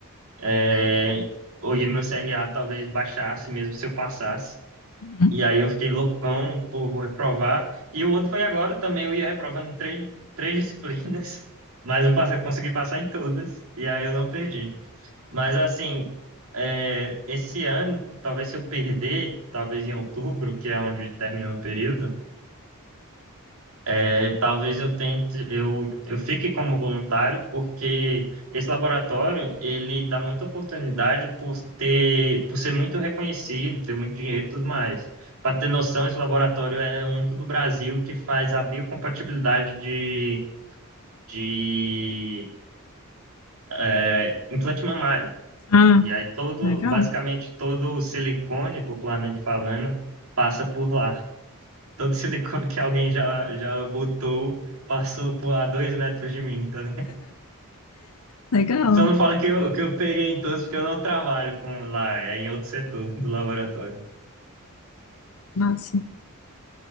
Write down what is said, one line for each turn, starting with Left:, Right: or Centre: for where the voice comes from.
Right: É, hoje meu CRA talvez baixasse, mesmo se eu passasse.
Left: Uhum.
Right: E aí eu fiquei loucão, pô, vou reprovar. E o outro foi agora também, eu ia reprovando três, três disciplinas, <laughs> mas eu passei, consegui passar em todas, e aí eu não perdi. Mas assim, é, esse ano, talvez se eu perder, talvez em outubro, que é onde termina o período, É, talvez eu tente, eu, eu fique como voluntário, porque esse laboratório, ele dá muita oportunidade por ter, por ser muito reconhecido, ter muito dinheiro e tudo mais. Para ter noção, esse laboratório é o único do Brasil que faz a biocompatibilidade de, de é, implante mamário.
Left: Ah,
Right: E aí todo,
Left: legal,
Right: basicamente todo o silicone, popularmente falando, passa por lá. Todo silicone que alguém já, já botou passou por a dois metros de mim, tá
Left: legal.
Right: Só não fala que eu, que eu peguei em todos, porque eu não trabalho com lá, é em outro setor do laboratório.
Left: Massa.